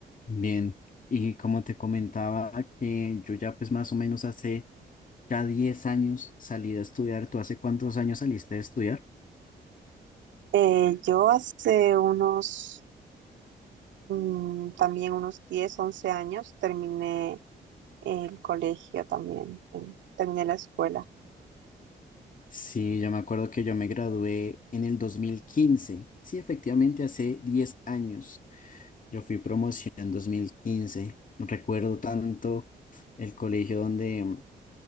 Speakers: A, on the left; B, on the right.
A: Bien, y como te comentaba que yo ya pues más o menos hace ya 10 años salí de estudiar. ¿Tú hace cuántos años saliste de estudiar?
B: Eh, yo hace unos, mm, también unos diez once años terminé el colegio también, em, terminé la escuela.
A: Sí, yo me acuerdo que yo me gradué en el dos mil quince Sí, efectivamente, hace 10 años. Yo fui promoción en dos mil quince Recuerdo tanto el colegio donde mm,